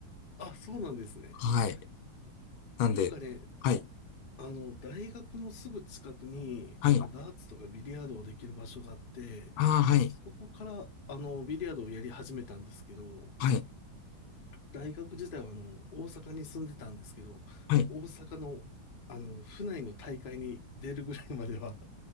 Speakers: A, on the left; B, on the left.
A: あ、そうなんですね。
B: はい。なんで、
A: なんかね、
B: はい。
A: あの、大学のすぐ近くに、
B: はい。
A: あの、
B: あ
A: ダーツとかビリヤードをできる場所があって、
B: あ、はい。
A: そこから、あの、ビリヤードをやり始めたんですけど、
B: はい。
A: 大学時代は、あの、大阪に住んでたんですけど、
B: はい。
A: 大阪の、あの、府内の大会に出るぐらいまでは